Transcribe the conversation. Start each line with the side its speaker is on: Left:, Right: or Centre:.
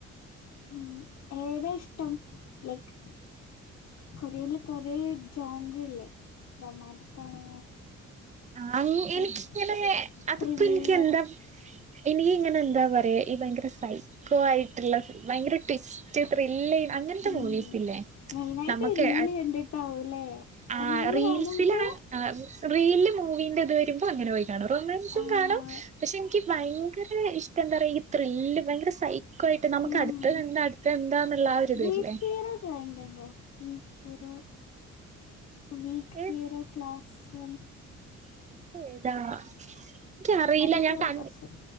Left: ഉം ഏതാ ഇഷ്ടം ലൈക്ക് കൊറിയൻ ൽ കൊറേ ജോൺറി ഇല്ലേ റൊമാന്റിക് ആണോ?
Right: ആ എനിക്കങ്ങനെ
Left: ലൈക്
Right: അതിപ്പോ
Left: ത്രില്ലർ
Right: നിക്ക് എന്താ എനിക്ക് ഇങ്ങനെ എന്താ പറയാ ഈ ഭയങ്കര സൈക്കോ ആയിട്ടുള്ള ഭയങ്കര ട്വിസ് റ്റ് ത്രില്ല് അങ്ങനത്തെ
Left: ഉം
Right: മൂവീസ് ഇല്ലേ
Left: മെയിനായിട്ട്
Right: നമുക്ക്
Left: റീല് കണ്ടിട്ടാവൂല്ലേ
Right: ആ
Left: റീല്
Right: റീൽസിലാണ്
Left: കാണുമ്പോ
Right: ആ റീല് മൂവിീന്റെ ഇത് വരുമ്പോ അങ്ങനെ പോയി കാണും റൊമാൻസും
Left: ആഹ്
Right: കാണാം പക്ഷെ എനിക്ക് ഭയങ്കര ഇഷ്ടം എന്താ പറയാ ഈ ത്രില്ല് ഭയങ്കര സൈ കോയിട്ട് നമുക്ക്
Left: ഉം
Right: അടുത്തത് എന്താ അടുത്ത എന്താന്നുള്ള ഒരിത്വരില്ലേ
Left: വീക്ക് <unintelligible> വീക്ക്
Right: ഏത്
Left: ഹീറോ ക്ലാസ് വൻ
Right: <unintelligible> ഏതാ എനിക്കറിയില്ല
Left: അതൊക്കെ
Right: ഞാൻ
Left: കൊറച്ച്
Right: ക